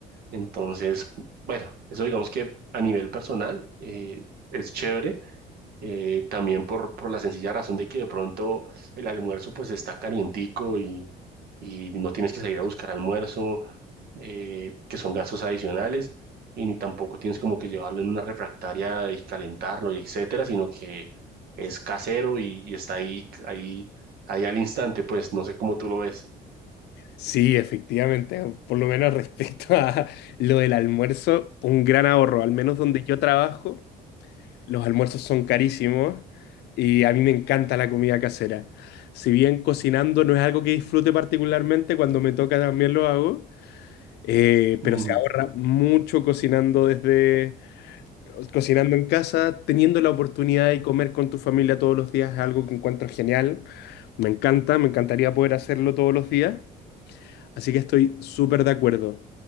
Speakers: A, on the right; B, on the left.
A: entonces, bueno, eso digamos que a nivel personal eh, es chévere, eh, también por, por la sencilla razón de que de pronto el almuerzo pues está calientico y... Y no tienes que salir a buscar almuerzo, eh, que son gastos adicionales, y ni tampoco tienes como que llevarlo en una refractaria y calentarlo y etcétera, sino que es casero y, y está ahí, ahí, ahí al instante, pues no sé cómo tú lo ves.
B: Sí, efectivamente, por lo menos respecto a lo del almuerzo, un gran ahorro, al menos donde yo trabajo, los almuerzos son carísimos y a mí me encanta la comida casera. Si bien cocinando no es algo que disfrute particularmente, cuando me toca también lo hago. Eh, pero
A: Ujú.
B: se ahorra mucho cocinando desde, cocinando en casa, teniendo la oportunidad de comer con tu familia todos los días es algo que encuentro genial. Me encanta, me encantaría poder hacerlo todos los días. Así que estoy súper de acuerdo.